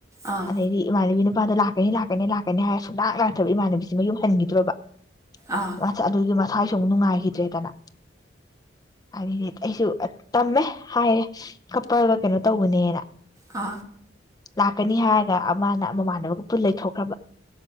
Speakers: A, on the right; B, on the left.
A: ꯑꯥ
B: ꯑꯗꯩꯗꯤ ꯃꯥꯕꯤꯅ ꯄꯗ ꯂꯥꯛ ꯀꯀꯅꯤ ꯂꯥꯛꯀꯅꯤ ꯂꯥꯛꯀꯅꯤ ꯍꯥꯏꯔ ꯁꯨꯛꯅꯥꯥꯛ ꯂꯥꯛꯊꯕ ꯏꯃꯥꯟꯅꯁꯤꯃ ꯌꯨꯝ ꯍꯟꯈꯤꯗ꯭ꯔꯣꯕ
A: ꯑꯥ
B: ꯃꯆꯥ ꯑꯗꯨ ꯑꯗꯨꯒꯤ ꯃ ꯁꯁꯋꯥꯥꯏꯁꯨ ꯑꯃꯨꯛ ꯅꯨꯡꯉꯥꯏꯈꯤꯗ꯭ꯔꯦꯗꯅ ꯍꯥꯏꯗꯤ ꯑꯩꯁꯨ ꯇꯝꯃꯦ ꯍꯥꯏꯔꯦ ꯀꯞꯄꯒ ꯀꯩꯅꯣ ꯇꯧꯕꯅꯦꯅ
A: ꯑ
B: ꯂꯥꯛꯀꯅꯤ ꯍꯥꯏꯔꯒ ꯑꯃꯅ ꯑꯃꯃꯥꯟꯅꯕꯒ ꯄꯨꯟ ꯂꯩꯊꯣꯛꯈ꯭ꯔꯕ